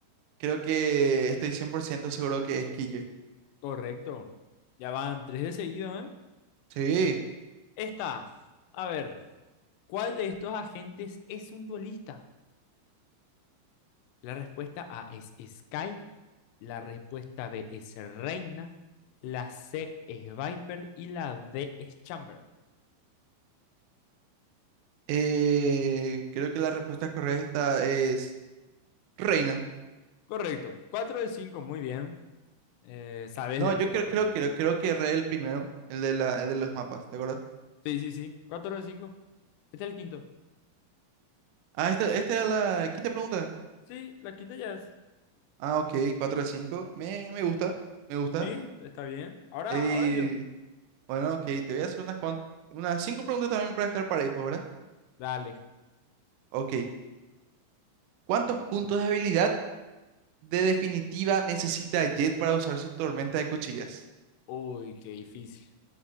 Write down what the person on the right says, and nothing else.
creo que estoy 100% seguro que es Killjoy.
Sí,
eh, creo que la respuesta correcta es Reina.
No,
yo
creo,
creo, creo, creo que Re el primero, el de la, el de los mapas, ¿te acuerdas?
Ah, esta, esta era la quinta pregunta.
Ah, ok, 4 de 5. Me, me gusta, me gusta.
Eh,
bueno, ok, te voy a hacer unas, cuan- unas 5 preguntas también para estar parejo, ¿verdad?
Ok. ¿Cuántos puntos de habilidad de definitiva necesita Jet para usar su tormenta de cuchillas?